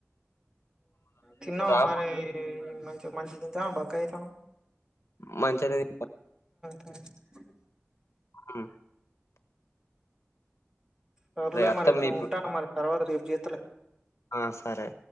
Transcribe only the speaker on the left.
ఆ
మంచిగ అనే
ఉ
అత్తమ్మ
ఇప్పుడు
ఆ సరే